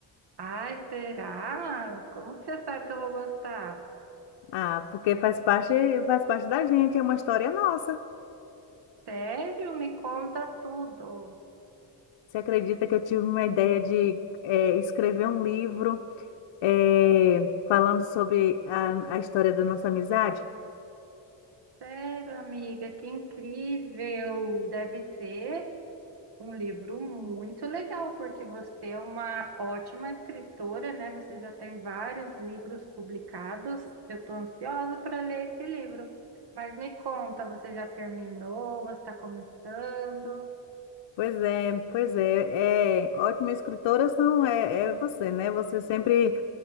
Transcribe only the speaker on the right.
Ai, será? Como que você sabe que eu vou gostar?
Sério? Me conta tudo.
Sério, amiga, que incrível. Deve ser. Um livro muito legal, porque você é uma ótima escritora, né? Você já tem vários livros publicados. Eu estou ansiosa para ler esse livro. Mas me conta, você já terminou? Você está começando?